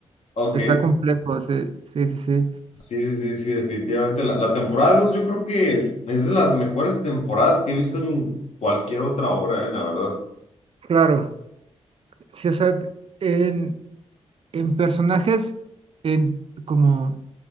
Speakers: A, on the left (about 70°); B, on the right (about 55°).
A: Ok,
B: Está complejo, sí, sí, sí, sí.
A: sí, sí, sí, sí, definitivamente. La, la temporada 2 yo creo que es de las mejores temporadas que he visto en cualquier otra obra, eh, la verdad.
B: Claro, sí, o sea, en... En personajes en, como